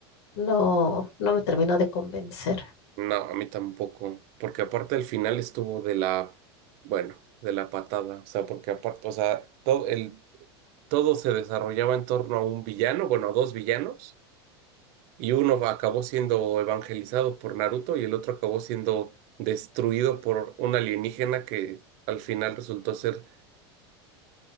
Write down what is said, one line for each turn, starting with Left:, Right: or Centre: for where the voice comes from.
Left: no, no me terminó de convencer.
Right: No, a mí tampoco, porque aparte el final estuvo de la, bueno, de la patada, o sea, porque aparte, o sea, todo el, todo se desarrollaba en torno a un villano, bueno, a dos villanos. Y uno acabó siendo evangelizado por Naruto y el otro acabó siendo destruido por un alienígena que al final resultó ser